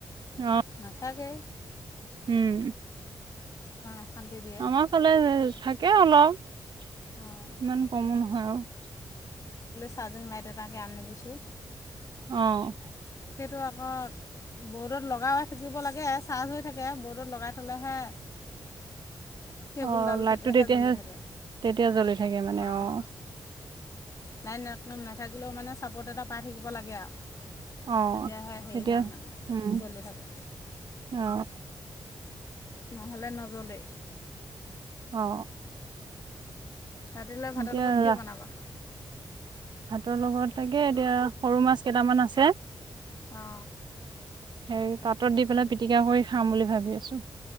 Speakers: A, on the right; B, on the left.
A: অ
B: মাথথাে
A: উম
B: অশান্তি দিয়ে
A: আমাৰ ফালে থাকে অলপ
B: এই
A: ইমান কম ন হয় আৰু
B: চাজিং মাইট তাকে আনি দিছোঁ
A: অ
B: সেইটো আকৌ বৰ্ডত লগাই থাকিব লাগে চাৰ্জ হৈ থাকে বৰ্ডত লগাই থলেহে কেবুলডাল
A: অহ, লাইটটো তেতিয়াহে-
B: জ্বলি থাকে
A: তেতিয়া জ্বলি থাকে মানে
B: অঁ
A: অ,
B: লাইন এক নাথাকিলেও মানে চাপৰ্ট এটা পাই থাকিব লাগে আৰু।
A: অ
B: তেতিয়াহে হেৰি
A: তেতিয়া
B: হয় মানে
A: উম
B: জ্বলি থাকে
A: অ
B: নহ'লে নজ্বলে
A: অ
B: ৰাতিলৈ ভাতৰ
A: এতিয়া
B: লগত কি
A: ৰা
B: বনাবা
A: ভাতৰ লগত থাকে এতিয়া সৰু মাছ কেইটামান আছে
B: অ
A: হে পাতত দি পেলাই পিটিকা কৰি খাম বুলি ভাবি আছো।